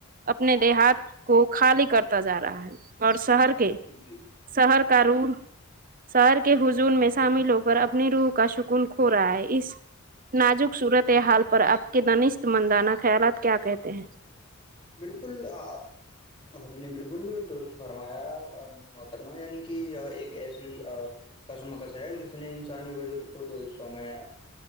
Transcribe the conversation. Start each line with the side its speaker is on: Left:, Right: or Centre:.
Right: اپنے دیہات کو خالی کرتا ہو جا رہا ہے اور شہر کے
Left: جی جی
Right: شہر کا رور شہر کے ہجون میں شامل ہو کر اپنی روح کا سکون کھو رہا ہے اس نازک صورت حال پر آپ کے دنشت مندانہ خیالات کیا کہتے ہیں
Left: بالکل اب نے بالکل درست فرمایا محترما یعنی کہ ایک ایسی کسم کس ہے جس نے انسانی وجہ کو تو اسو میں